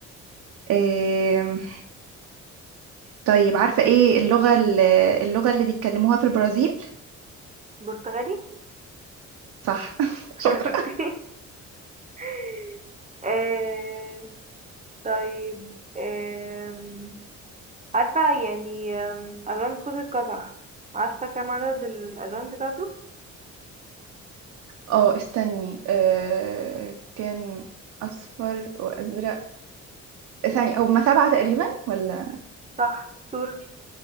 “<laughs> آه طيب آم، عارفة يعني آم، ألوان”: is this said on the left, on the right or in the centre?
Right